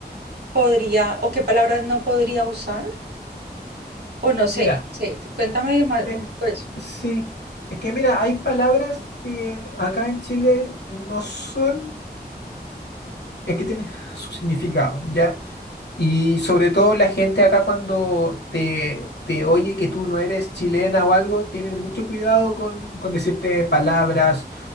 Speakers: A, on the right; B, on the left.
A: podría o qué palabras no podría usar, o no sé,
B: Mira,
A: sí, cuéntame más,
B: eh,
A: un- pues.
B: sí, es que mira, hay palabras que acá en Chile no son, es que tienen <laughs> su significado, ¿ya? Y sobre todo la gente acá cuando te, te oye que tú no eres chilena o algo, tienen mucho cuidado con, con decirte palabras